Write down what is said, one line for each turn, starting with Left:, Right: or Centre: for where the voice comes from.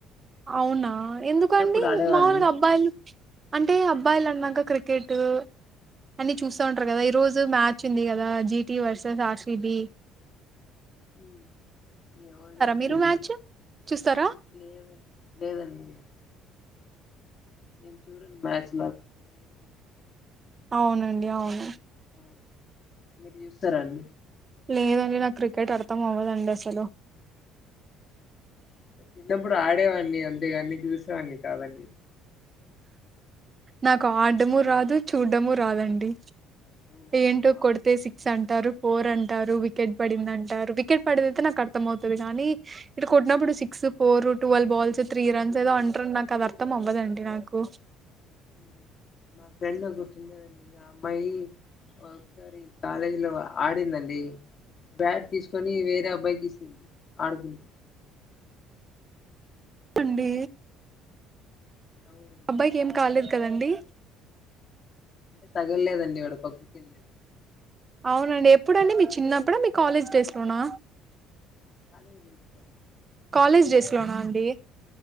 Right: అవునా ఎందుకండి
Left: చిన్నప్పుడు ఆడేవాడిని
Right: మాములుగా అబ్బాయిలు అంటే అబ్ మొబైల్ అన్నాక క్రికెట్ అన్ని చూస్తా ఉంటారు కదా ఈరోజు మ్యాచ్ ఉంది కదా జీటి వర్సెస్ ఆర్సీబి
Left: మ్మ్ ఎవడిదో
Right: మీరు
Left: తెలిదు
Right: మ్యాచ్? చూస్తారా?
Left: లేదమ్ లేదండి నేను చూడను మ్యాచ్
Right: అవునండి అవును
Left: ఆ! మీరు చూస్తారా అండి
Right: లేదండి నాకు క్రికెట్ అర్థం అవ్వదండి అసలు
Left: అంటే చిన్నప్పుడు ఆడేవాన్ని అంతేగాని చూసేవాన్ని కాదండి
Right: నాకు ఆడ్డము రాదు చూడ్డము రాదండి
Left: అవునండి
Right: ఏంటో
Left: మా
Right: కొడితే
Left: ఫ్రెండ్
Right: సిక్స్ అంటారు ఫోర్ అంటారు వికెట్ పడింది అంటారు వికెట్ పడేది అయితే నాకు అర్థం అవుతది కానీ ఇక్కడ కొట్టినప్పుడు six four twelve balls three runs ఏదో అంటారు నాకు అది అర్థం అవ్వదండి నాకు ఓ
Left: మ్మ్ మా ఫ్రెండ్ ఒకతుండేదండి యాప్ అమ్మాయి ఒకసారి కాలేజీ లో ఆడిందండి బ్యాట్ తీసుకొని వేరే అబ్బాయికి ఇసింది ఆడుకుంటూ
Right: ఆండీ
Left: అవునండి
Right: అబ్బాయికి ఏం కాలేదు కదండీ
Left: అంటే తగలలేదండి వాడు పక్క్కకెళ్ళాడు
Right: అవునండి ఎప్పుడండి మీ చిన్నప్పుడా మీ కాలేజ్ డేస్ లోనా
Left: కాలేజ్ లేస్తాండి
Right: కాలేజ్ డెస్ పోనా అండి